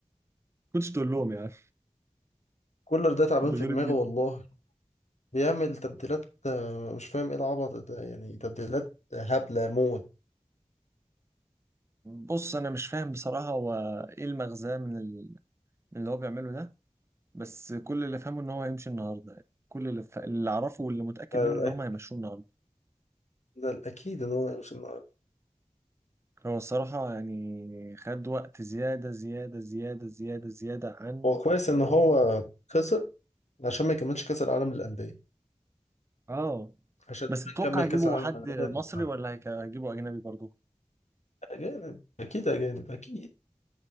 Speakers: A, on the right (about 25°); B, on the left (about 75°).
A: كنتش تقول لهم يعني
B: كولر ده تعبان
A: <laughs> انتوا
B: في
A: غريب
B: دماغه
A: جدا
B: والله بيعمل تبديلات آه، مش فاهم ايه العبط ده يعني تبديلات هبله موت
A: بص انا مش فاهم بصراحة هو ايه المغزى من ال- من اللي هو بيعمله ده بس كل اللي فهمه ان هو هيمشي النهارده يعني كل اللي, ف... اللي اعرفه واللي متاكد
B: فالأك-
A: منه ان هم هيمشوه النهارده
B: ده الاكيد ان هو مش النهارده
A: هو الصراحه يعني خد وقت زياده زياده زياده زياده زياده عن
B: هو كويس ان هو خسر عشان ما يكملش كاس العالم للانديه
A: اه
B: عشان
A: بس
B: لما
A: تتوقع
B: نكمل
A: يجيبوا
B: كاس العالم
A: حد مصري
B: للانديه
A: ولا هيك- هيجيبوا اجنبي برضه
B: أجانب أكيد أجانب أكيد